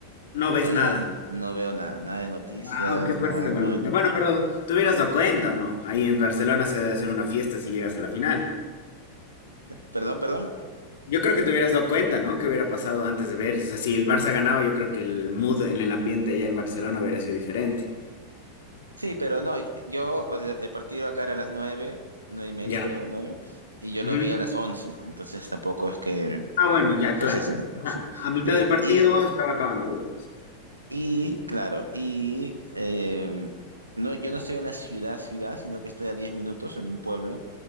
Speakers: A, on the left; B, on the right.
A: No ves
B: Eh,
A: nada.
B: no veo nada, nada de noticias,
A: Wow, qué fuerza
B: nada
A: de voluntad.
B: de novel-
A: Bueno, pero te hubieras dado cuenta o no. Ahí en Barcelona se debe hacer una fiesta si llegas a la final.
B: Perdón, perdón.
A: Yo creo que te hubieras dado cuenta, ¿no? ¿Qué hubiera pasado antes de ver? O sea, si el Barça ganaba, yo creo que el mood en el ambiente allá en Barcelona hubiera sido diferente.
B: Sí, pero no, yo, o sea, el partido acá era a las nueve, nueve y media
A: Ya.
B: creo, nueve, y yo
A: Ujú.
B: lo vi a las once, entonces tampoco es que,
A: Ah, bueno, ya, claro.
B: pues sí, sí,
A: Ajá,
B: sí.
A: A mitad
B: Y,
A: del partido
B: y,
A: estaba acabando, digamos.
B: y, claro, y eh, no, yo no estoy en la ciudad, ciudad, sino que estoy a diez minutos en un pueblo,